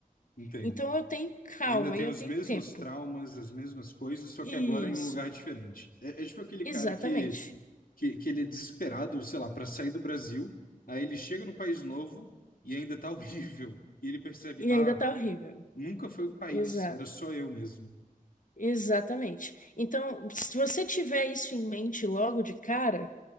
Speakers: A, on the left; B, on the left.
A: Entendo.
B: Então eu tenho calma
A: Eu ainda tenho
B: e eu
A: os
B: tenho
A: mesmos
B: tempo.
A: traumas, as mesmas coisas, só
B: Isso,
A: que agora em um lugar diferente. É, é tipo aquele
B: exatamente.
A: cara que que, que ele é desesperado, sei lá, para sair do Brasil, aí ele chega no país novo e ainda tá <laughs> horrível. E ele percebe,
B: E
A: ah,
B: ainda tá horrível.
A: nunca foi o país,
B: Exato,
A: era só eu mesmo.
B: exatamente. Então, se você tiver isso em mente logo de cara,